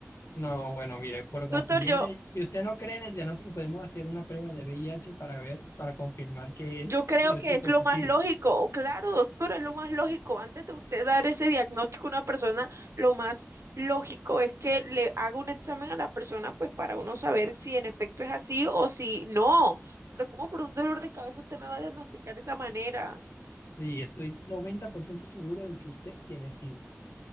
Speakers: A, on the left; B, on the right.
A: no, bueno, mire, por consiguiente,
B: Doctor, yo,
A: si usted no cree en el diagnóstico, podemos hacer una prueba de VIH para ver, para confirmar que
B: Yo
A: es
B: creo
A: sí
B: que
A: o sí
B: es
A: positivo.
B: lo más lógico, o claro, doctor, es lo más lógico. Antes de usted dar ese diagnóstico a una persona, lo más lógico es que le haga un examen a la persona, pues para uno saber si en efecto es así o si no. Pero como por un dolor de cabeza usted me va a diagnosticar de esa manera?
A: Sí, estoy noventa por ciento seguro de que usted tiene SIDA.